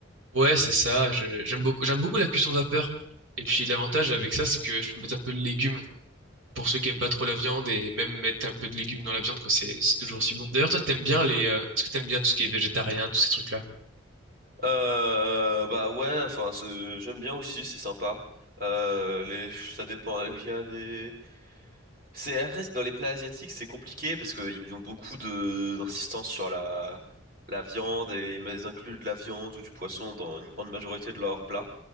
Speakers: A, on the right; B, on the right.
A: ouais, c'est ça. Je- j'aime beaucoup j'aime beaucoup la cuisson vapeur. Et puis l'avantage avec ça, c'est que je peux mettre un peu de légumes pour ceux qui aiment pas trop la viande et même mettre un peu de légumes dans la viande quoi, c'est c'est toujours aussi bon. D'ailleurs, toi t'aimes bien les euh, est-ce que t'aimes bien tout ce qui est végétarien, tous ces trucs-là?
B: Euh, bah ouais, enfin, c'est- j'aime bien aussi, c'est sympa. Euh, les, ça dépend. Il y a des, C'est après, c'est- dans les plats asiatiques, c'est compliqué parce qu'ils ont beaucoup de d'insistance sur la la viande et ils ils incluent de la viande ou du poisson dans une grande majorité de leurs plats.